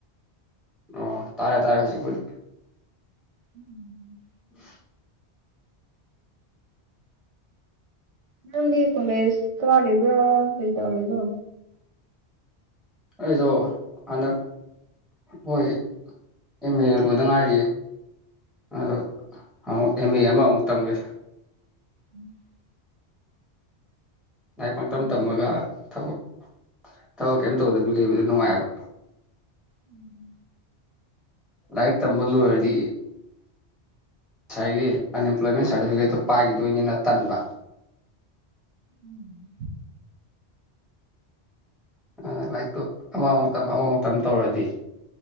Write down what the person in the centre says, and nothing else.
ꯑꯣ ꯇꯥꯔꯦ ꯇꯥꯔꯦ ꯍꯧꯖꯤꯛꯄꯨꯗꯤ
ꯎꯝ <inaudible>
ꯑꯩꯗꯣ ꯑꯅ ꯍꯣꯏ ꯑꯦꯝ ꯑꯦ ꯑꯦ ꯂꯣꯏꯗ ꯉꯥꯏꯔꯤꯌꯦ ꯑꯗꯣ ꯑꯃꯨꯛ ꯑꯦꯝ ꯑꯦ ꯑꯃꯃꯨꯛ ꯇꯝꯒꯦ
ꯂꯥꯏꯔꯤꯛ ꯄꯥꯡꯇꯝ
ꯇꯝꯃꯒ ꯊꯕꯛ ꯊꯕꯛ ꯀꯔꯤꯝ ꯇꯧꯗꯕꯤ ꯂꯩꯕꯗ ꯅꯨꯡꯉꯥꯏꯕ
ꯂꯥꯏꯔꯤꯛ ꯇꯝꯕ ꯂꯣꯏꯔꯗꯤ ꯉꯁꯥꯏꯒꯤ ꯑꯟꯑꯦꯝꯄ꯭ꯂꯣꯏꯃꯦꯟ ꯁꯥꯔꯇꯤꯐꯤꯀꯦꯠꯇꯣ ꯄꯥꯏꯈꯤꯗꯣꯏꯅꯤꯅ ꯇꯟꯕ
ꯑꯗꯨꯅ ꯂꯥꯏꯔꯤꯛꯇꯨ ꯑꯃꯥꯡ ꯃꯇꯝ ꯑꯃꯥꯡ ꯃꯇꯝ ꯇꯧꯔꯗꯤ